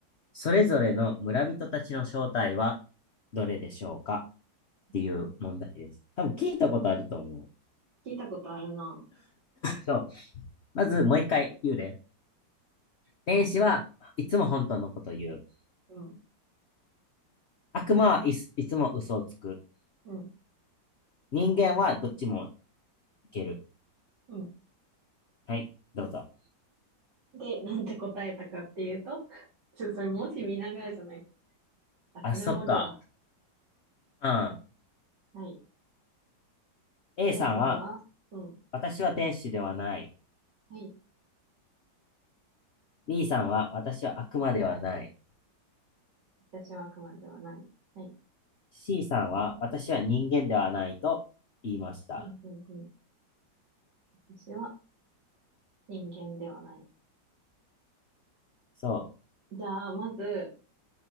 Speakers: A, on the left; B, on the right.
A: それぞれの村人たちの正体はどれでしょうかっていう問題です。
B: うん。
A: 多分聞いたことあると思う。
B: 聞いたことあるな。
A: そう。まずもう一回言うね。天使はいつも本当のこと言う。
B: うん。
A: 悪魔はいついつも嘘をつく。
B: うん。
A: 人間はどっちもいける。
B: うん。
A: はい、どうぞ。
B: で、なんて答えたかっていうと、<laughs> ちょ、それ文字見ながらじゃないと。あ、
A: あ、
B: メモるわ。
A: そっか。うん。
B: はい。
A: A
B: A
A: さんは
B: さんは、うん。
A: 私は天使ではない。
B: はい。
A: B さんは私は悪魔ではない。
B: 私は熊ではない。はい。
A: C さんは私は人間ではないと言いました。
B: うん。うん。うん。私は人間ではない。
A: そう。
B: じゃあ、まず、